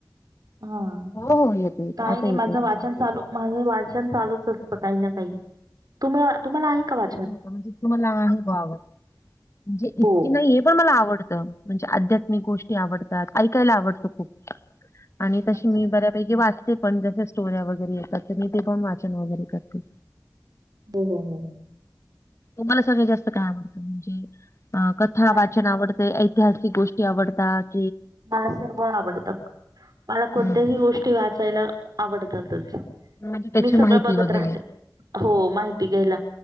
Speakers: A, on the right (about 60°); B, on the left (about 40°).
A: हा.
B: हो हो येतोय येतोय
A: काय
B: आता
A: नाही
B: येतोय
A: माझं
B: बघा.
A: वाचन चालू माझं वाचन चालूच असतं काही ना काही. तुम-तुम्हाला आहे का वा
B: हो का म्हणजे तुम्हाला आहे आवड म्हणजे इतकी
A: हो
B: नाहीये पण मला आवडतं. म्हणजे आध्यात्मिक गोष्टी आवडतात ऐकायला आवडत खूप आणि तशी
A: अच्छा
B: मी बऱ्या पैकी वाचते पण. जसं स्टोऱ्या वगैरे येतात तर मी ते पण वाचन वगैरे करते.
A: हो हो हो.
B: तुम्हाला सगळ्यात जास्त काय आवडतं? म्हणजे अ कथा
A: मला
B: वाचन आवड ऐतिहासिक गोष्टी आवडतात.
A: मला सर्व आवडतात. मला कोणत्याही
B: हम्म
A: गोष्टी वाचायला आवडतातच.
B: म्हणजे त्याची
A: मी सगळं
B: माहिती
A: बघत
B: वगैरे
A: राहते हो माहिती घ्यायला